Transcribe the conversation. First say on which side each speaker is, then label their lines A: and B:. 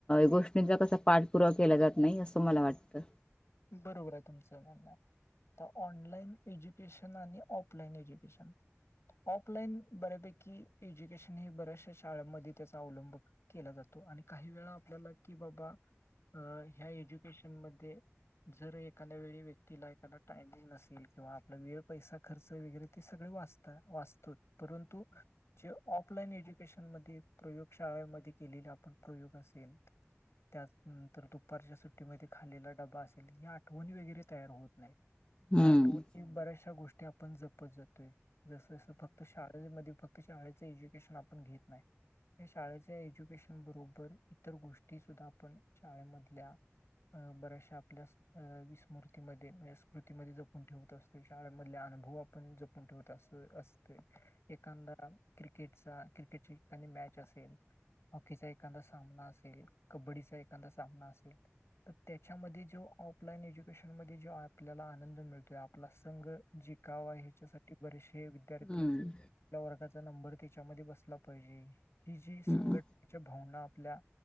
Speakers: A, on the left; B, on the left.
A: गोष्टींचा कसा पाठपुरावा केला जात नाही असं मला वाटतं.
B: बरोबर आहे तुमचं म्हणं. आता ऑनलाइन एज्युकेशन आणि ऑफलाइन एज्युकेशन. ऑफलाईन बऱ्यापैकी एज्युकेशन हे बऱ्याचशा शाळांमध्ये त्याचा अवलंबक. केला जातो. आणि काही वेळा आपल्याला की बाबा अ ह्या एज्युकेशन मध्ये, जर एखाद वेळी व्यक्तीला एखादा टायमिंग नसेल किंवा आपला वेळ पैसा खर्च वगैरे ते सगळे वाचत. वाचतो परंतु. जे ऑफलाईन एज्युकेशन मध्ये प्रयोगशाळेमध्ये केलेले आपण प्रयोग असेल. त्याचनंतर दुपारच्या सुट्टीमध्ये खालेला डबा असेल. आठवणी वगैरे तयार होत नाही.
A: हम्म
B: या आठवणी वगैरे या बऱ्याच शा गोष्टी. आपण जपत जातोय. जसं जसं फक्त शाळेमध्ये आपण फक्त शाळेचे एज्युकेशन घेत नाही. हे शाळेच्या एज्युकेशन बरोबर इतर गोष्टी सुद्धा आपण शाळेमधल्या. अ बऱ्याशा. आपल्या विस्मृतीमध्ये स्मृतीमध्ये जपून ठेवत असतोय. शाळेमधल्या अनुभव आपण जप पून ठेवत असं असतंय. एखादा क्रिकेटचा क्रिकेटची एखादी मॅच असेल. हॉकीचा एखादा सामना असेल. कबड्डीचा एखादा सामना असेल तर तेच्यामध्ये, तो ऑफलाईन एज्युकेशनमध्ये जो आपल्याला आनंद मिळतोय. आपला संघ जिकाव हेच्यासाठी बरेचसे विद्यार्थी.
A: हम्म
B: आपल्या वर्गाचा नंबर तीच्यामध्ये बसला पाहिजे. हि जी
A: हम्म
B: संघट तिच्या भावना आपल्या